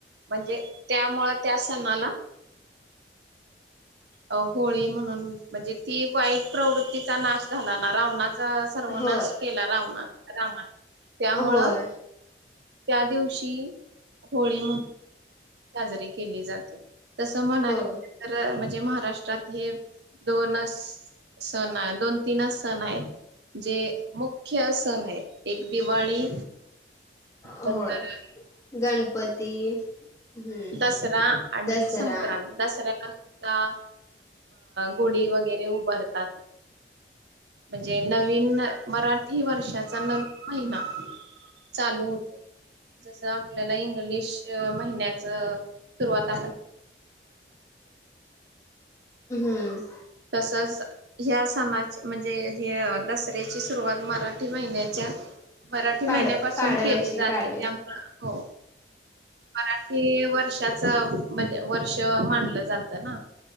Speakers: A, on the right; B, on the left.
A: म्हणजे त्यामुळं त्या सणाला अ् होळी म्हणून म्हणजे ती वाईट- प्रवृत्तीचा नाश झाला ना रावना्- सर्वनाश
B: होय
A: केला रावणानं, रामानं त्यामुळं
B: होय
A: त्या दिवशी होळी म्हणू- साजरी केली जाते. तर, म्हणाले
B: हो
A: तर म्हणजे महाराष्ट्रात हे दोनच सण दोन - तीनच सण आहेत. जे मुख्य सण आहेत- एक दिवाळी,
B: होय.
A: नंतर
B: गणपती हम्म
A: दसरा आणि
B: दसरा
A: संक्रांत, दसऱ्याला गुढी वगैरे उभारतात. म्हणजे नवीन मराठी वर्षाचा न महिना चालू होतो जस आपल्याला इंग्लिश महिन्यात रवात
B: हम हम्म
A: तसंच ह्या सणाची म्हणजे ह दसऱ्याची सुरुवात मराठी महिन्याच्या मराठी
B: पाड
A: महिन्यापासून
B: पाडव्याची
A: केली जाते
B: पाडव्याची
A: त्यामु हो मराठी वर्षाच म्हणजे वर्ष मानलं जात ना